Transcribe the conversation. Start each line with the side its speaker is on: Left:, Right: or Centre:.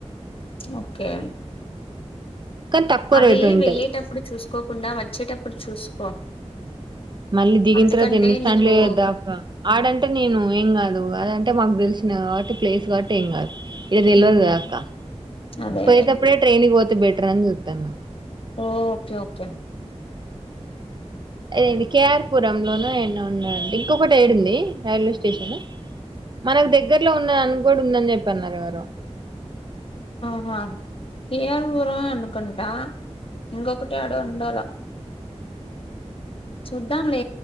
Left: ఓకే
Right: కానీ తక్కువ
Left: అదే
Right: రేటు ఉంటది
Left: వెళ్ళేటప్పుడు చూసుకోకుండా వచ్చేటప్పుడు చూసుకో
Right: మళ్ళీ దిగిన
Left: అందుకంటే
Right: తర్వాత ఎన్ని ఇష్టాండ్లే
Left: నీకు
Right: ఆడంట అంటే నేను ఏం కాదు అది అంటే మాకు తెలిసిన కాబట్టి ప్లేస్ కాబట్టి ఏం కాదు నీకు తెల్వదు
Left: ఉమ్
Right: ఆ అక్క
Left: అదే
Right: పోయేటప్పుడే
Left: అదే
Right: ట్రైన్కి పోతే బెటర్ అని చూతాను
Left: ఓ ఓకే ఓకే
Right: అదేండి కేఆర్పుర లోన ఎన్న ఉన్నాండి ఇంకొకటి ఏడు ఉంది రైల్వే స్టేషన్ మనకు దగ్గరలో ఉన్నద అని కూడా ఉందని చెప్పన్నారు ఎవరు
Left: ఆహా కేర్పురమే అనుకున్ంటా ఇంకొకటి ఆడ ఉండాల చూద్దాంలే